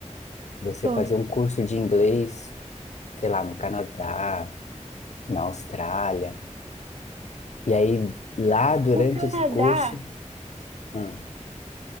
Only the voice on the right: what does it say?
Tô.
O Canadá,